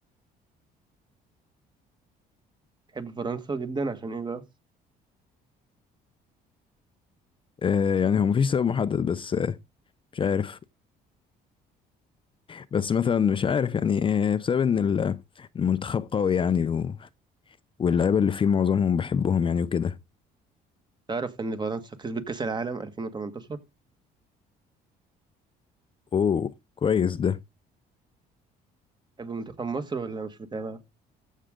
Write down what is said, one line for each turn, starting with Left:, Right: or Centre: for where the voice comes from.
Right: تحب فرنسا جدا عشان إيه بقى
Left: آه، يعني هو مفيش سبب محدد بس آه، مش عارف بس مثلا مش عارف يعني آه، بسبب ان ال- المنتخب قوي يعني و- واللعيبه اللي فيه معظمهم بحبهم يعني وكده
Right: تعرف إن فرنسا كسبت كأس العالم 2018
Left: اوه كويس ده
Right: تحب منتخب مصر ولا مش متابع؟